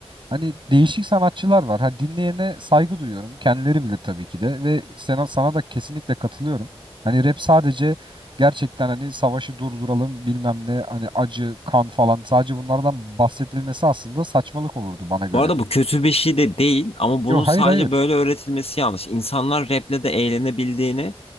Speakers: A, on the right (about 55°); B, on the left (about 70°).
A: hani değişik sanatçılar var. Ha dinleyene saygı duyuyorum. Kendileri bilir tabii ki de ve sana sana da kesinlikle katılıyorum. Hani rap sadece gerçekten hani savaşı durduralım bilmem ne hani acı kan falan sadece bunlardan bahsedilmesi aslında saçmalık olurdu bana göre
B: Bu arada
A: de.
B: bu kötü bir şey de değil ama bunun
A: Yok
B: sadece
A: hayır hayır.
B: böyle öğretilmesi yanlış. İnsanlar rap'le de eğlenebildiğini